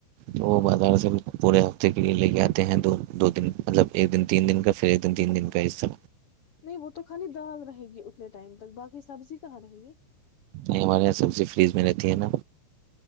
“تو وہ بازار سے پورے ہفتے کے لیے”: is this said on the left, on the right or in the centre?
Right